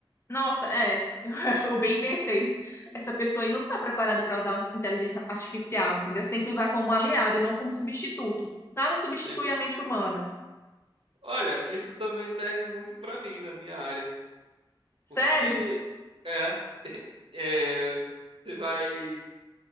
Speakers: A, on the left (about 30°); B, on the right (about 80°).
A: nossa, é. <laughs> Eu bem pensei. Essa pessoa aí não está preparada para usar inteligência artificial, entendeu? Você tem que usar como aliado e não como substituto. Nada substitui
B: Nem com-
A: a mente humana.
B: Olha, isso também serve muito pra mim, na minha área.
A: Sério?
B: Porque, é, <laughs> é, você vai,